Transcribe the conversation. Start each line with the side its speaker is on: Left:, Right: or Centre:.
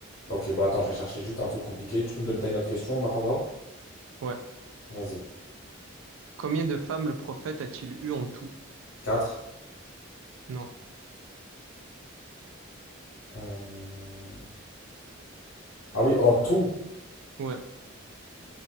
Left: Ok, bah attends, je vais chercher juste un truc compliqué. Tu peux me donner t'as une autre question en attendant?
Right: Ouais.
Left: Vas-y.
Right: Combien de femmes le prophète a-t-il eu en tout?
Left: Quatre.
Right: Non.
Left: Euh, Ah oui, en tout,
Right: Ouais.